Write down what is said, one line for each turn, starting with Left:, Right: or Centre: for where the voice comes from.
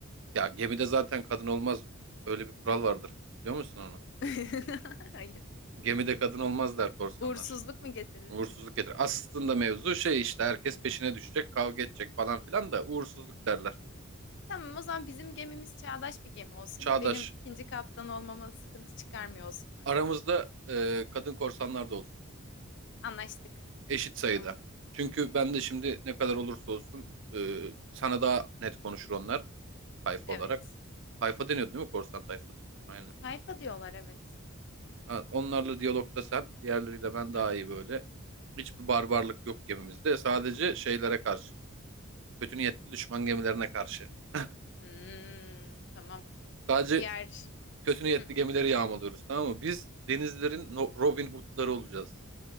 Right: Ya gemide zaten kadın olmaz. Öyle bir kural vardır. Biliyor musun onu?
Left: <laughs> Hayır.
Right: Gemide kadın olmaz der korsanlar.
Left: Uğursuzluk mu getirir?
Right: Uğursuzluk getirir. Aslında mevzu şey işte herkes peşine düşecek, kavga edecek falan filan da uğursuzluk derler.
Left: Tamam o zaman bizim gemimiz çağdaş bir gemi olsun.
Right: Çağdaş,
Left: Benim ikinci kaptan olmama sıkıntı çıkarmıyor olsunlar.
Right: aramızda e, kadın korsanlar da olsun.
Left: Anlaştık.
Right: Eşit sayıda.
Left: Tamam.
Right: Çünkü ben de şimdi ne kadar olursa olsun e, sana daha net konuşur onlar tayfa
Left: Evet.
Right: olarak. Tayfa deniyordu değil mi korsan tayfası? Aynen.
Left: Tayfa diyorlar evet.
Right: Ha, Onlarla diyalogda sen, diğerleriyle ben daha
Left: Hı hı.
Right: iyi böyle. Hiçbir barbarlık yok gemimizde. Sadece şeylere karşı. Kötü niyetli düşman gemilerine karşı. <laughs>
Left: Hmm, tamam.
Right: Sadece
Left: Diğer...
Right: kötü niyetli
Left: Hı,
Right: gemileri yağmalıyoruz tamam mı? Biz denizlerin
Left: tamam.
Right: No- Robin Hood'ları olacağız.